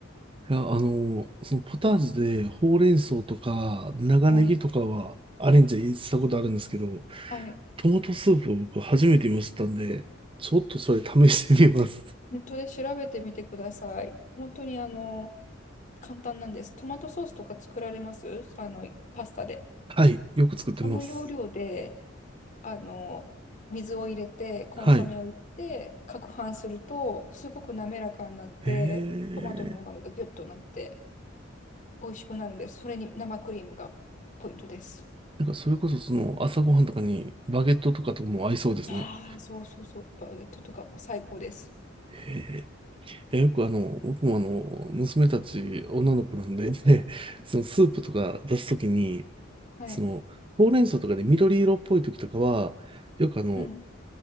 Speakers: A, on the right; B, on the left.
A: いや、あの、そのポタージュでほうれん草とか長ネギとかはアレンジしたことあるんですけど、
B: はい。はい。
A: トマトスープを僕初めて見ましたんで、ちょっとそれ試してみます。
B: ネットで調べてみてください。本当にあの、簡単なんです。トマトソースとか作られますあの、パスタで。
A: <laughs> はい、よく作ってます。
B: あの要領で、あの、水を入れて、コンソメを入れて、
A: はい。
B: 攪拌すると、すごく滑らかになって、
A: ええ
B: トマトの旨味がギュッとなって、美味しくなるんです。それに生クリームがポイントです。
A: なんかそれこそその朝ごはんとかにバゲットとかとも合いそうですね。
B: ああ、そうそうそう。バゲットとかも最高です。
A: へええ、よくあの、僕もあの、娘たち、女の子なんで、<laughs> そのスープとか出すときに、
B: はい。
A: その、ほうれん草とかで緑色っぽいときとかは、よくあの、
B: うん。